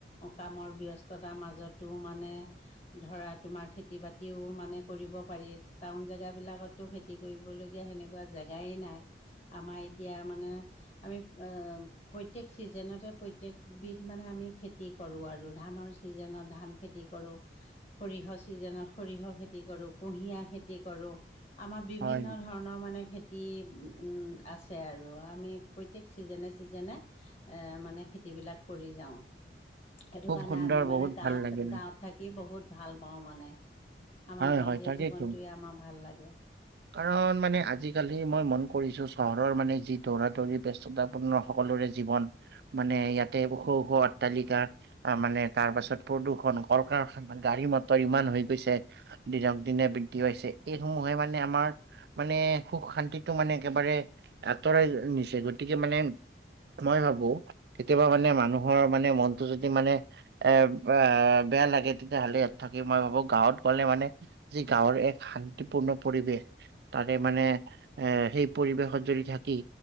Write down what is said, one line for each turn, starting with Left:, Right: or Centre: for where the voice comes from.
Left: কামৰ ব্যস্ততাৰ মাজতো মানে, ধৰা, তোমাৰ খেতি-বাতিও মানে, কৰিব পাৰি, টাউন জেগাবিলাকত। তো, খেতি কৰিবলগীয়া, সেনেকুৱা জেগাই নাই। আমাৰ এতিয়া, মানে, আমি, প্ৰত্যেক ছিজনতে, প্ৰত্যেকবিধ মানে, আমি খেতি কৰোঁ আৰু। ধানৰ ছিজনত, ধান খেতি কৰোঁ। সৰিয়হ ছিজনত, সৰিয়হ খেতি কৰোঁ, কুঁহিয়াৰ খেতি কৰোঁ। আমাৰ বিভিন্ন
Right: হয়
Left: ধৰণৰ মানে, খেতি টি আছে আৰু আমি প্ৰত্যেক ছিজনে ছিজনে এ মানে খেতিবিলাক কৰি যাওঁ। সেইটো
Right: খুব
Left: কাৰণে
Right: সুন্দৰ
Left: আমি
Right: বহুত
Left: মানে গাঁৱত
Right: ভাল লাগিল
Left: গাঁৱত থাকি বহুত ভাল পাওঁ মানে আমাৰ
Right: হয়
Left: গাঁৱলীয়া
Right: হয় তাকেইতো
Left: জীৱনটোৱে আমাৰ ভাল লাগে।
Right: কাৰণ মানে আজিকালি মই মন কৰিছোঁ চহৰৰ মানে যি দৌৰা দৌৰি ব্য- স্ততাপূৰ্ণ সকলোৰে জীৱন মানে ইয়াতে ওখ ওখ অট্টালিকা মানে তাৰ পাছত প্ৰদূষণ কল-কাৰখানা, গাড়ী-মটৰ ইমান হৈ গৈছে দিনক দিনে বৃদ্ধি হৈছে। এইসমূহে মানে আমাৰ মানে সুখ শান্তিটো মানে একেবাৰে আঁতৰাই নিছে গতিকে মানে মই ভাবো কেতিয়াবা মানে মানুহৰ মানে মনটো যদি মানে এ বেয়া লাগে তেতিয়াহ'লে ইয়াত থাকি মই ভাবো গাঁৱত গ'লে মানে যি গাঁৱৰ এক শান্তিপূৰ্ণ পৰিৱেশ তাৰে মানে এ সেই পৰিৱেশত যদি থাকি